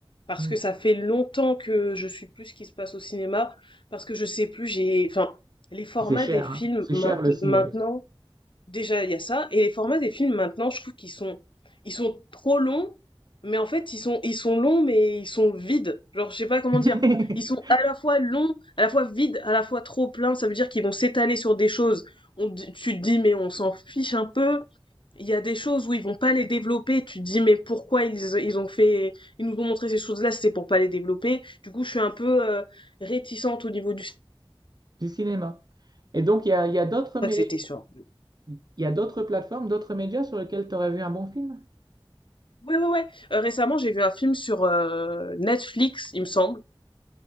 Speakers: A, on the left; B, on the right.
A: parce
B: Hmm.
A: que ça fait longtemps que je suis plus ce qui se passe au cinéma, parce que je sais plus, j'ai, enfin, les formats
B: Puis C'est cher,
A: des films
B: hein? C'est
A: mainte-
B: cher le ciné
A: maintenant.
B: aussi.
A: Déjà, il y a ça. Et les formats des films maintenant, je trouve qu'ils sont, ils sont trop longs, mais en fait, ils sont, ils sont longs, mais ils sont vides. Genre, je sais pas comment
B: <laughs>
A: dire. Ils sont à la fois longs, à la fois vides, à la fois trop pleins. Ça veut dire qu'ils vont s'étaler sur des choses. On, te- tu te dis, mais on s'en fiche un peu. Il y a des choses où ils vont pas les développer. Tu te dis, mais pourquoi ils, ils ont fait, ils nous ont montré ces choses-là, c'est pour pas les développer. Du coup, je suis un peu euh, réticente au niveau du. Je
B: du cinéma. Et donc, il y a, il y a d'autres
A: crois
B: mé-
A: que c'était sur
B: il y a d'autres plateformes, d'autres médias sur lesquels tu aurais vu un bon film?
A: Ouais, ouais, ouais. Heu, récemment, j'ai vu un film sur, heu, Netflix, il me semble.